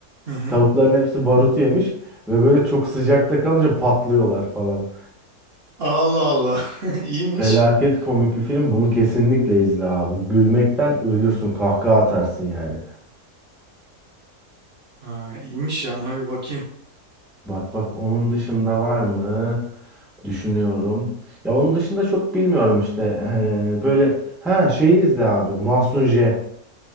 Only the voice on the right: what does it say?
Hı hı.
Allah Allah. <laughs> İyiymiş.
Ha, iyiymiş ya ona bir bakayım.